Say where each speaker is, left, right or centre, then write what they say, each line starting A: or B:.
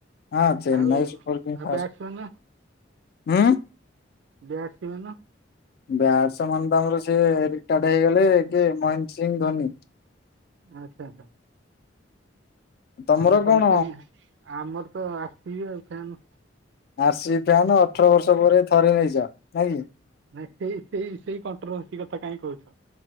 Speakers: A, on the left; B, on the right.
A: ହଁ ଚେନ୍ନାଇ
B: ଆଉ
A: ସୁପର କିଙ୍ଗ
B: ଆଉ
A: ଫାସ୍
B: ବ୍ୟାଟ୍ସମ୍ୟାନ
A: ହୁଁ।
B: ବ୍ୟାଟ <unintelligible>
A: ବ୍ୟାଟସମାନ ତ ଆମର ସିଏ ରିଟାଡ ହେଇଗଲେ ମହେନ୍ଦ ସିଂ ଧୋନି।
B: ଆଛା ଆଛା। ତାମାନେ
A: ତମର କଣ
B: <unintelligible> ଆମର ତ ଆର୍ ସି ବି ଆଉ ଫ୍ୟାନ୍।
A: ଆର୍ସି ବି ଫ୍ୟାନ ଅଠର ବର୍ଷ ପରେ ଥରେ ନେଇଛ ନାଇଁ କି।
B: ଭାଇ ସେଇ ସେଇ ସେଇ କଣ୍ଟ୍ରୋଭର୍ସି କଥା କାଇଁ କହୁଛ।